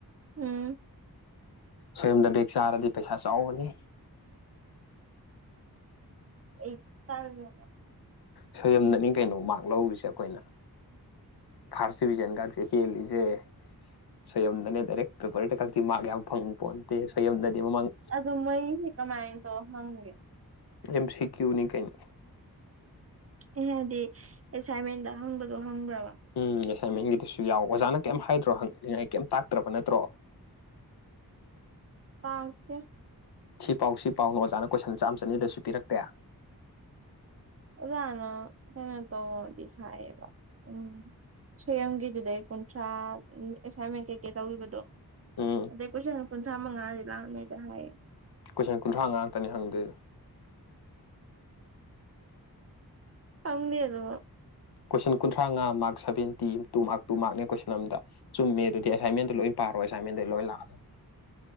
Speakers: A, on the right; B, on the left.
A: ꯎꯝ
B: ꯁꯦꯝꯗ ꯕꯦꯛ ꯆꯥꯔꯗꯤ ꯄꯩꯁꯥ ꯆꯥꯎꯕꯅꯤ
A: ꯑꯩ ꯇꯥꯔꯒꯔꯣ
B: ꯁꯣꯏꯌꯝꯗꯅꯤ ꯀꯩꯅꯣ ꯃꯥꯛ ꯂꯧꯔꯤꯁꯦ ꯑꯩꯈꯣꯏꯅ ꯐꯥꯔꯁ ꯗꯤꯚꯤꯖꯟ ꯒꯥꯛꯁꯦ ꯍꯦꯜꯂꯤꯖꯦ ꯁꯣꯏꯌꯝꯗꯅꯦ ꯗꯥꯏꯔꯦꯛ ꯄꯦꯄꯔꯗ ꯀꯛꯇꯤ ꯃꯥꯛ ꯌꯥꯝ ꯐꯪꯄꯣꯟꯇꯦ ꯁꯣꯏꯌꯝꯗꯗꯤ ꯃꯃꯥꯡ
A: ꯑꯗꯨ ꯃꯩꯁꯦ ꯀꯃꯥꯏꯟ ꯇꯧꯔ ꯍꯪꯒꯦ
B: ꯑꯦꯝ ꯁꯤ ꯀ꯭ꯌꯨꯅꯤ ꯀꯩꯅꯣ
A: ꯑꯦ ꯍꯥꯏꯗꯤ ꯑꯦꯁꯥꯏꯟꯃꯦꯟꯗ ꯍꯪꯕꯗꯣ ꯍꯪꯒ꯭ꯔꯕ
B: ꯎꯝ ꯑꯦꯁꯥꯏꯟꯃꯦꯟꯒꯤꯗꯨꯁꯨ ꯌꯥꯎ ꯑꯣꯖꯥꯅ ꯀꯩꯝ ꯍꯥꯏꯗ꯭ꯔꯣ ꯍꯪꯅꯤꯡꯉꯥꯏ ꯀꯩꯝ ꯇꯥꯛꯇ꯭ꯔꯕ ꯅꯠꯇ꯭ꯔꯣ
A: ꯇꯥꯛꯇꯦ
B: ꯁꯤ ꯄꯥꯎ ꯁꯤ ꯄꯥꯎ ꯑꯣꯖꯥꯅ ꯀꯣꯏꯁꯟ ꯆꯥꯝ ꯆꯅꯤꯗꯁꯨ ꯄꯤꯔꯛꯇꯦ
A: ꯑꯣꯖꯥꯅ ꯀꯩꯅꯣ ꯇꯧꯋꯣꯗꯤ ꯍꯥꯏꯌꯦꯕ ꯎꯝ ꯁꯣꯏꯌꯝꯒꯤꯗꯨꯗꯩ ꯀꯨꯟꯊ꯭ꯔꯥ ꯑꯦꯁꯥꯏꯟꯃꯦꯟ ꯀꯩꯀꯩ ꯇꯧꯈꯤꯕꯗꯣ
B: ꯎꯝ
A: ꯑꯗꯩ ꯀꯣꯏꯁꯟ ꯀꯨꯟꯊ꯭ꯔꯥ ꯃꯉꯥꯗꯤ ꯂꯥꯛꯅꯤꯗ ꯍꯥꯏꯌꯦ
B: ꯀꯣꯏꯁꯟ ꯀꯨꯟꯊ꯭ꯔꯥꯉꯥ ꯇꯅꯤ ꯍꯪꯗꯣꯏꯗꯣ
A: ꯐꯪꯗꯤ ꯑꯗꯨ
B: ꯀꯣꯏꯁꯟ ꯀꯨꯟꯊ꯭ꯔꯥꯉꯥ ꯃꯥꯛ ꯁꯚꯦꯟꯇꯤ ꯇꯨ ꯃꯥꯛ ꯇꯨ ꯃꯥꯛꯅꯦ ꯀꯣꯏꯁꯟ ꯑꯝꯗ ꯆꯨꯝꯃꯦ ꯑꯗꯨꯗꯤ ꯑꯦꯁꯥꯏꯟꯃꯦꯟꯠꯗꯣ ꯂꯣꯏ ꯄꯥꯔꯣ ꯑꯦꯁꯥꯏꯟꯃꯦꯟꯗꯩ ꯂꯣꯏ ꯂꯥꯛꯑꯗꯧꯅꯤ